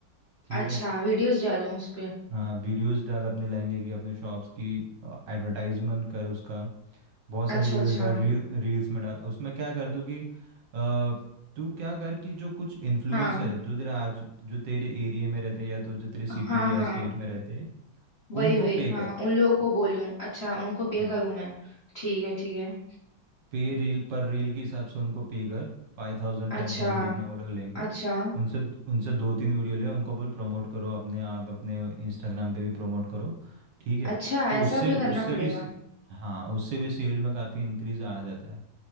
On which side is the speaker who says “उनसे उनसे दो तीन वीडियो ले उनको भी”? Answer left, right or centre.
Right